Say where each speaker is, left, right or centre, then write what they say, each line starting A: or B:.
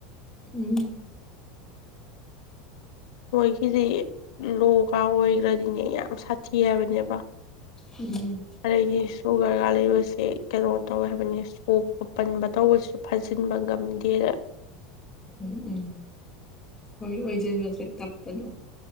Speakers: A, on the left; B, on the left.
A: ꯎꯝ
B: ꯃꯣꯏꯒꯤꯗꯤ ꯂꯣꯒꯥꯎ ꯑꯣꯏꯈ꯭ꯔꯗꯤꯅꯦ ꯌꯥꯝ ꯁꯥꯊꯤ ꯍꯥꯏꯕꯅꯦꯕ
A: ꯎꯝ
B: ꯑꯗꯩꯗꯤ ꯁꯨꯒꯔꯒ ꯂꯩꯕꯁꯦ ꯀꯩꯅꯣ ꯇꯧꯋꯦ ꯍꯥꯏꯕꯅꯤ ꯁꯣꯛ ꯑꯣꯄꯟꯕ ꯇꯧꯕꯁꯨ ꯐꯥꯖꯤꯟꯕ ꯉꯝꯗꯦꯗ
A: ꯎꯝ ꯎꯝ ꯍꯣꯏ ꯑꯣꯏꯁꯤꯟꯕꯁꯦ ꯇꯞꯄꯅꯦ